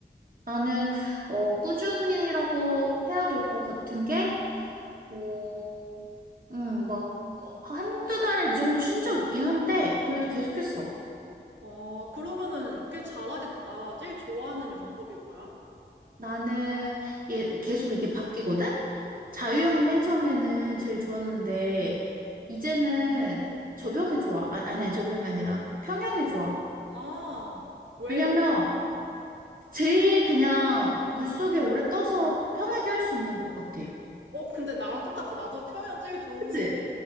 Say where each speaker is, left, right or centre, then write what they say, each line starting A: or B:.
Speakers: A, on the right; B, on the right.
A: 나는, 어, 꾸준히라고 해야 될 것 같은 게, 어, 음, 막, 한두 달 이 정도 쉰 적 있긴 한데, 그래도 계속했어.
B: 와, 그러면은 꽤 잘하겠다. 제일 좋아하는 영법이 뭐야?
A: 나는 얘 계속 이게 바뀌거든? 자유형이 맨 처음에는 제일 좋았는데 이제는 저병이 좋아. 아, 아니야, 저병이 아니라 평형이 좋아.
B: 아, 왜?
A: 왜냐면
B: 왜
A: 제일 그냥 물속에 오래 떠서 편하게 할 수 있는 것 같아.
B: 어, 근데 나랑 똑같아. 나도 평양 제일 좋은
A: 그치?
B: 게